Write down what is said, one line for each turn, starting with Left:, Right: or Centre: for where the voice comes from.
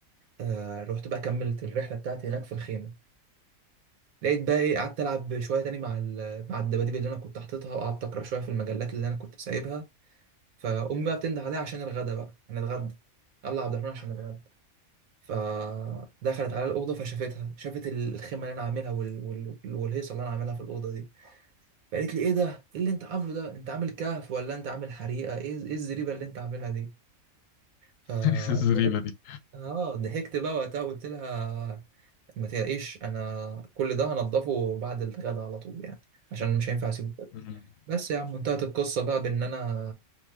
Right: آه رحت بقى كملت الرحله بتاعتي هناك في الخيمه لقيت بقى ايه قعدت العب شويه تاني مع ال- مع الدباديب اللي انا كنت حاططها وقعدت اقرا شويه في المجلات اللي انا كنت سايبها فامي بقى بتنده عليا عشان الغدا بقى هنتغدى يلا يا عبد الرحمن عشان نتغدى فدخلت على الاوضه فشافتها شافت ال- الخيمه اللي انا عاملها وال... وال... والهيصه اللي انا عاملها في الاوضه دي فقالت لي ايه ده ايه اللي انت عامله ده انت عامل كهف ولا انت عامل حريقه ايه ايه الزريبه اللي انت عاملها دي فضحكت
Left: <laughs> الزريبة دي
Right: اه ضحكت بقى وقتها قلت لها ما تلاقيش انا كل ده هنضفه بعد الغدا على طول يعني عشان مش هينفع اسيبه كده
Left: مم.
Right: بس يا عم انتهت القصه بقى بان انا